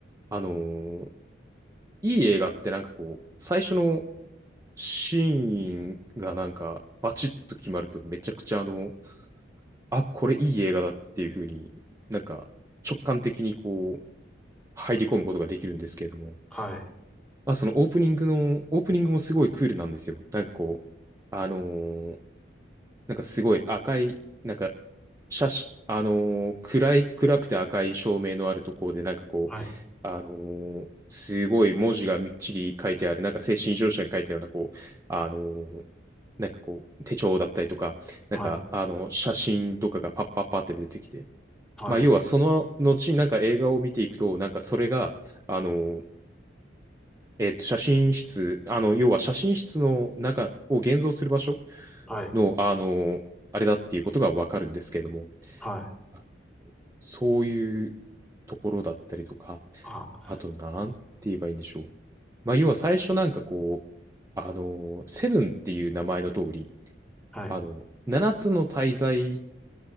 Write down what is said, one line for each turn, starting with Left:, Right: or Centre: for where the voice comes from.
Right: あのーいい映画ってなんかこう、最初のシーンがなんか、バチッと決まるとめちゃくちゃあの、あ、これいい映画だっていう風になんか直感的にこう、入り込むことができるんですけれども、
Centre: はい、
Right: まあ、そのオープニングの、オープニングもすごいクールなんですよ。なんかこう、あのーなんかすごい赤い、なんか、写真、あのー暗い、暗くて赤い照明のあるところで、なんかこう、
Centre: はい、
Right: あのーすごい文字がみっちり書いてある、なんか精神異常者が書いたような、こう、あのーなんかこう、手帳だったりとか、
Centre: はい、
Right: なんか、あの、写真とかがパッパッパって出てきて、
Centre: はい、
Right: まあ、要はその後、なんか映画を見ていくと、なんかそれが、あのえっと、写真室、あの、要は写真室の中を現像する場所
Centre: はい、
Right: の、あの、あれだっていうことがわかるんですけれども、
Centre: はい、
Right: あそういうところだったりとか、
Centre: あ、
Right: あと、なんて言えばいいんでしょう。まあ、要は最初なんかこう、あの、セブンっていう名前の通り、
Centre: はい、
Right: あの、七つの大罪っ